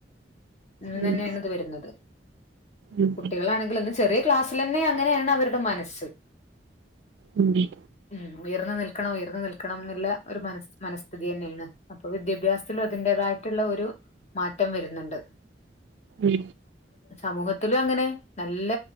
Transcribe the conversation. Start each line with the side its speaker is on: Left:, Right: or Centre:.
Left: ഇന്നെന്നെയാണ്
Right: ഉം
Left: ഇത് വരുന്നത്
Right: ഉം
Left: കുട്ടികളാണെങ്കിലൊന്ന് ചെറിയ ക്‌ളാസിലെന്നെ അങ്ങനെയാണ് അവരുടെ മനസ്സ്
Right: ഉം <unintelligible>
Left: ഉ ഉയർന്ന് നിൽക്കണം ഉയർന്ന് നിൽക്കണം എന്ന്ള്ള ഒരു മന മനസ്സ്ഥിതി ന്നെയാണ് അപ്പൊ വിദ്യാഭ്യാസ ത്തിലും അതിന്റേതായിട്ടുള്ള ഒരു മാറ്റം വര്ന്ന്ണ്ട്
Right: ഉം
Left: സമൂഹത്തിലും അങ്ങനെ നല്ല